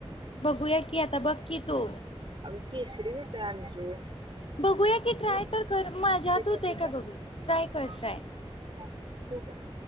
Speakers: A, on the left; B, on the right.
A: बघूया की आता बघ की तू
B: आगं केशरी होत आंजी
A: बघूया की ट्राय
B: ठीक
A: तर कर माझ्यात होतय
B: आहे ठीक
A: काय
B: आहे
A: बघूया ट्राय कर
B: हा,
A: ट्राय
B: हा ठीक आहे.